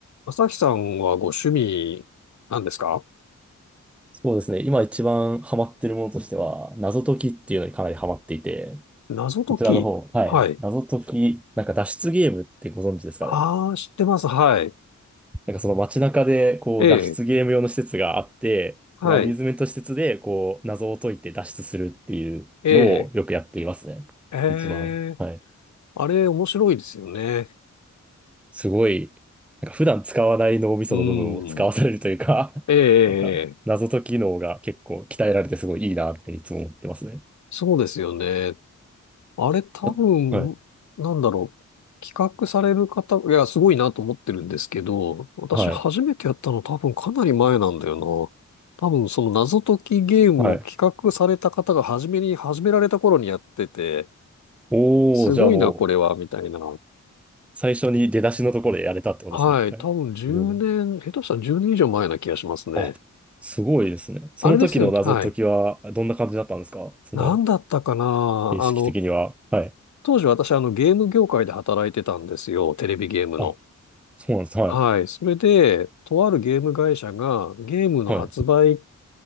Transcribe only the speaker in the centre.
そうですね。今一番ハマってるものとしては、謎解きっていうのにかなりハマっていて、
こちらの方、はい。
謎解き、なんか脱出ゲームってご存知ですかね。
なんかその街中で、こう、
脱出ゲーム用の施設があって、
そのアミューズメント施設で、こう、謎を解いて脱出するっていうのをよくやっていますね。
一番、はい。
すごい、なんか普段使わない脳みその部分を使わされるというか、
<laughs> なんか謎解き能が結構鍛えられてすごいいいなっていつも思ってますね。
あはい。
はい
はい。おー、
じゃあもう、
最初に出だしのところでやれたってことですね、
一回。
すごい。
あ、すごいですね。その時の謎解きは、
どんな感じだったんですかその、
形式的には。
はい。
あ、そうなんです。はい。
はい。